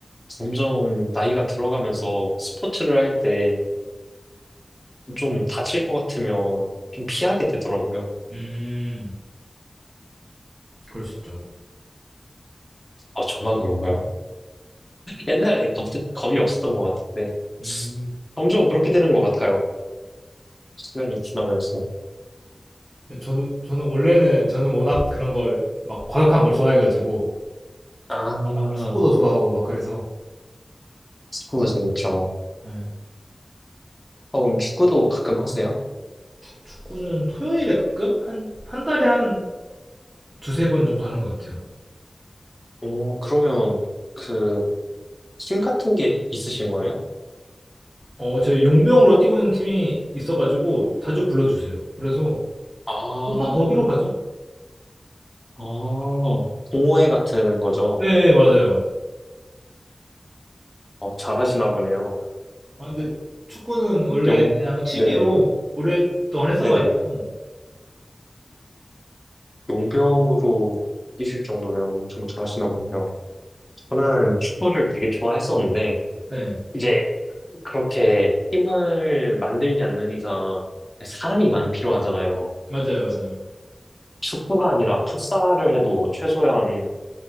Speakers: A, on the left; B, on the right.
A: 점점 나이가 들어가면서 스포츠를 할 때 좀 다칠 것 같으면 좀 피하게 되더라고요.
B: 음, 그럴 수 있죠.
A: 아, 저만 그런가요? 옛날에는 겁, 겁이 없었던 것 같은데
B: 음,
A: 점점 그렇게 되는 것 같아요. 시간이 지나면서.
B: 저는, 저는 원래는, 저는 워낙 그런 걸, 막 과격한 걸 좋아해가지고,
A: 아,
B: 막 축구도 좋아하고 막 그래서,
A: 축구 재밌죠.
B: 네.
A: 어, 그럼 축구도 가끔 하세요?
B: 축구는 토요일에 가끔? 한, 한 달에 한 두세 번 정도 하는 것 같아요.
A: 오, 그러면 그 팀 같은 게 있으신 거예요?
B: 어, 저희 용병으로 뛰고 있는 팀이 있어가지고, 자주 불러주세요. 그래서,
A: 아,
B: 보통 거기로 가죠?
A: 아, 동호회 같은 거죠.
B: 네, 맞아요.
A: 어, 잘하시나 보네요.
B: 아, 근데 축구는 원래
A: 용,
B: 그냥 취미로
A: 네네,
B: 오랫동안 했어가지고,
A: 네네. 용병으로 뛰실 정도면 엄청 잘하시나 보네요. 저는 축구를 되게 좋아했었는데,
B: 네.
A: 이제 그렇게 팀을 만들지 않는 이상 사람이 많이 필요하잖아요.
B: 맞아요, 맞아요.
A: 축구가 아니라 풋살을 해도 최소한